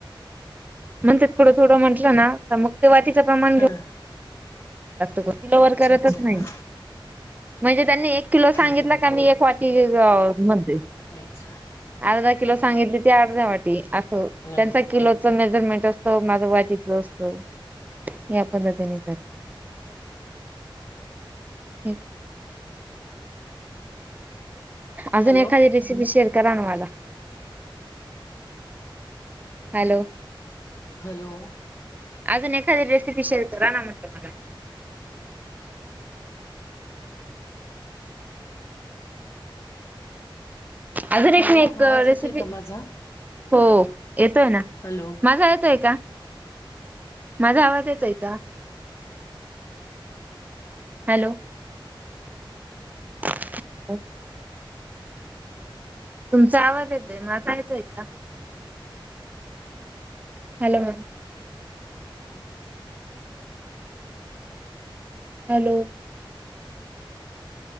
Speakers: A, on the right (about 20°); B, on the left (about 25°).
A: म्हण ते थोडं थोडं म्हटलं ना तर मग ते वाीचं प्रमाण
B: हां
A: त किलो वकरतच
B: अच्छा हां
A: नाही म्हणजे त्यांनी एक किलो
B: हं
A: सांगितला
B: हं
A: का
B: हं
A: मी एक वाटी म्हण
B: अच्छा
A: अर्धा किलो सांगितली ते अर्ध्या वाटी असं
B: हॅलो
A: त्यांचा किलोचं मेजरमेंट असत त माझ वाटतलं असतो या पद्धतीने करत ह अजून
B: हॅलो
A: एखाद ी शेअर करवाला हॅलो
B: हॅलो
A: अजून एखादी रेसिपी शेलतो रा ना म्हटतो मला अजून एक
B: हॅलो
A: नाहीी एक
B: आवाज
A: रेसिपी
B: येतोय का माझा
A: हो येतोय ना
B: हॅलो
A: माझा येत आहे का माझा आवाज येत आहे का हॅलो हॅलो तुमचा आवाज येतोय मला असयचंय का, hello ma'am hello